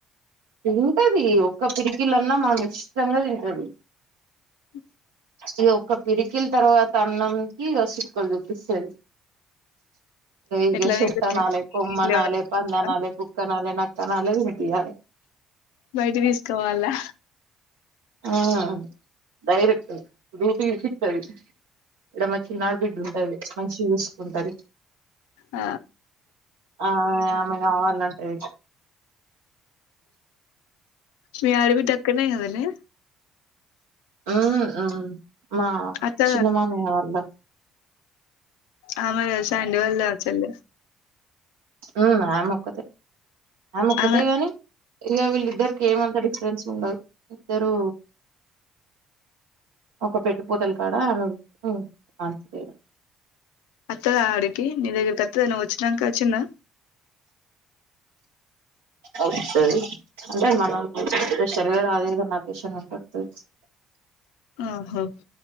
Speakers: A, on the right; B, on the left.
A: తింటది ఒక్క పిడికిలన్నా మా ఇచ్చిష్టంగా తింటది
B: అ
A: ఇగ ఒక్క పిడికిల తర్వాత అన్నం కి ఇగ సుక్కలు చూపిస్తది ఇగ
B: ఎట్లా
A: శెట్టానాలే
B: తింటది
A: కొమ్మనలే
B: ఇట్లా ఏమన్నా
A: పందనలే కుక్కనలే నక్కనలే తినిపియ్యలే
B: బయిటి తీసుకపొవాలా
A: ఆ డైరెక్ట్ రూపీసితది ఈడ మ చినాడిబిడ్డ ఉంటదిలే మంచి చూసుకుంటది
B: ఆ
A: ఆ ఆమె కావాలంటది
B: మీయాడి బిడ్డ డక్కనే కదనే
A: ఊ ఉ మా
B: అత్తదా
A: చిన్నమామయ్య వాళ్ళ
B: ఆమర సాండి వాళ్ళ చెల్ల
A: ఊ ఆ మొక్కతే ఆ మొక్కతే
B: ఆమె
A: గానీ ఇగ వీళ్ళిద్దరికి ఏమంత డిఫరెన్స్ ఉండదు ఇద్దరు ఒక పెట్టుపోతలు ఆమెకు ఉ అంతే తేడా
B: అత్తదా ఆడికి నీ దగ్గరికి అత్తదా నువు వచ్చినాక వచ్చిందా
A: ఒస్తది అంటే మనం స్పెషల్ గా అదేదన్న అకేషన్ ఉంటే అత్తది
B: ఆహా